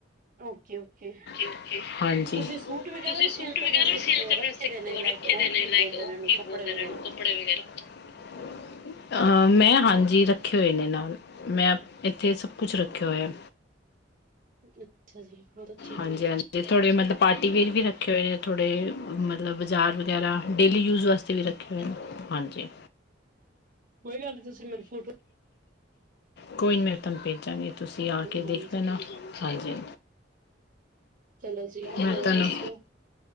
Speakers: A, on the right (about 45°); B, on the left (about 60°).
A: ਓਕੇ ਓਕੇ
B: ਓਕੇ ਹਾਂਜੀ
A: ਤੁਸੀਂ ਸੂਟ ਵਗੈਰਾ
B: ਤੁਸੀ
A: ਵੀ ਸੇਲ
B: ਸੂਟ
A: ਕਰਨਾ
B: ਵਗੈਰਾ
A: ਸਿੱਖ
B: ਵੀ ਸਿਲ
A: ਰੱਖੇ ਦੇ ਨੇ ਲਾਈਕ
B: ਰੱਖੇ
A: ਉਹ
B: ਦੇ ਨੇ
A: ਕੀ ਬੋਲਦੇ
B: ਕੀ
A: ਨੇ ਉਹਨੂੰ ਕੱਪੜੇ
B: ਬੋਲਦੇ
A: ਵਗੈਰਾ
B: ਨੇ ਕੱਪੜੇ ਵਗੈਰਾ ਮੈਂ ਹਾਂਜੀ ਰੱਖੇ ਹੋਏ ਨੇ ਨਾਲ ਮੈਂ ਇੱਥੇ ਸਭ ਕੁਛ ਰੱਖਿਆ ਹੋਇਆ
A: ਅੱਛਾ ਜੀ ਬਹੁਤ ਅੱਛੀ ਗੱਲ
B: ਹਾਂਜੀ
A: ਹੈ ਜੀ
B: ਹਾਂਜੀ ਥੋੜੇ ਮਤਲਬ ਪਾਰਟੀਵੇੇਅਰ ਵੀ ਰੱਖੇ ਹੋਏ ਨੇ ਥੋੜ੍ਹੇ ਮਤਲਬ ਬਾਜ਼ਾਰ ਵਗੈਰਾ ਡੇਲੀ ਯੂਜ ਵਾਸਤੇ ਵੀ ਰੱਖੇ ਹੋਏ ਨੇ ਹਾਂਜੀ
A: ਕੋਈ ਗੱਲ ਨੀ ਤੁਸੀਂ ਮੈਨੂੰ ਫੋਟੋ
B: ਕੋਈ ਨੀ ਮੈਂ ਤੁਹਾਨੂੰ ਭੇਜਾਂਗੇ ਤੁਸੀਂ
A: ਹਾਂਜੀ
B: ਆ ਕੇ ਦੇਖ ਲੈਣਾ ਹਾਂਜੀ
A: ਚਲੋ ਜੀ
B: ਮੈਂ
A: ਹੋਰ
B: ਤੇਨੂੰ
A: ਦੱਸੋ